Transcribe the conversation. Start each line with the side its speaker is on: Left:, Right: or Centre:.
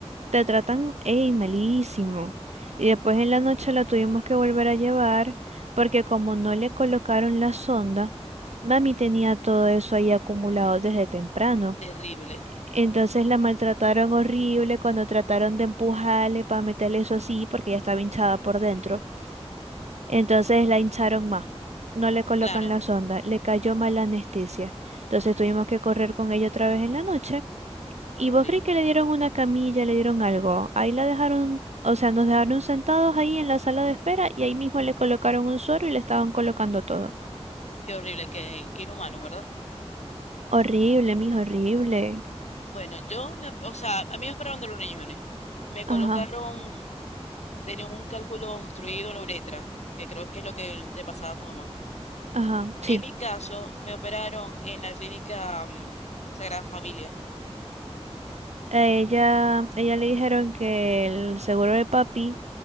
Right: Te tratan, ey, malísimo. Y después en la noche la tuvimos que volver a llevar porque como no le colocaron la sonda, mami tenía todo eso ahí acumulado desde temprano.
Left: Terrible.
Right: Entonces la maltrataron horrible cuando trataron de empujarle para meterle eso así porque ya estaba hinchada por dentro. Entonces la hincharon más. No le colocan
Left: Claro,
Right: la sonda, le cayó mal la anestesia. Entonces tuvimos que correr con ella otra vez en la noche. ¿Y
Left: qué
Right: vos
Left: horrible.
Right: crees que le dieron una camilla, le dieron algo? Ahí la dejaron, o sea, nos dejaron sentados ahí en la sala de espera y ahí mismo le colocaron un suero y le estaban colocando todo.
Left: Qué horrible, qué, qué inhumano, ¿verdad?
Right: Horrible, mijo, horrible.
Left: Bueno, yo, me, o sea, a mí me operaron de los riñones. Me colocaron,
Right: Ajá,
Left: tenía un cálculo obstruido en la uretra, que creo que es lo que le pasaba a tu mamá.
Right: ajá, sí.
Left: En mi caso, me operaron en la clínica mm, Sagrada Familia.
Right: A ella, ella le dijeron que el seguro de papi